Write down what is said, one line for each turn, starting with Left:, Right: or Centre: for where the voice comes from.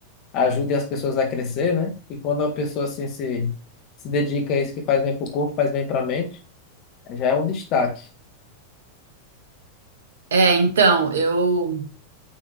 Left: ajudem as pessoas a crescer, né? E quando a pessoa assim se, se dedica a isso que faz bem pro corpo, faz bem pra mente, já é um destaque.
Right: É, então, eu